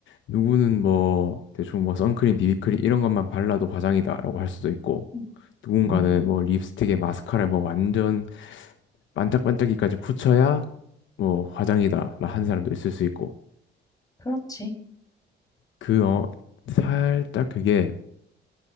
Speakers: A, on the left; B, on the left.
A: 누구는 뭐 대충 뭐 선크림, 비비크림 이런 것만 발라도 화장이다라고 할 수도 있고
B: 응,
A: 누군가는
B: 응,
A: 뭐 립스틱에 마스카라에 뭐 완전 반짝반짝이까지 붙여야 뭐 화장이다라 한 사람도 있을 수 있고
B: 그렇지.
A: 그 어, 살짝 그게